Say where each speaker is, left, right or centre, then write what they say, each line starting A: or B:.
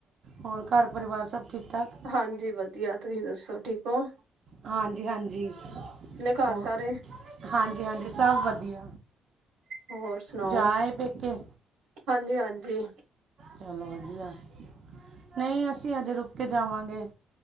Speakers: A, on the right; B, on the right.
A: ਹੋਰ ਘਰ ਪਰਿਵਾਰ ਸਭ ਠੀਕ ਠਾਕ
B: ਹਾਂਜੀ ਵਧੀਆ। ਤੁਸੀਂ ਦੱਸੋ ਠੀਕ ਓ?
A: ਹਾਂਜੀ-ਹਾਂਜੀ,
B: ਘਰ
A: ਹੋਰ
B: ਸਾਰੇ
A: ਹਾਂਜੀ-ਹਾਂਜੀ ਸਭ ਵਧੀਆ।
B: ਹੋਰ ਸੁਣਾਓ,
A: ਜਾਏ ਪੇਕੇ
B: ਹਾਂਜੀ-ਹਾਂਜੀ।
A: ਚੱਲ ਵਧੀਆ, ਨਈ ਅਸੀਂ ਅਜੇ ਰੁਕ ਕੇ ਜਾਵਾਂਗੇ।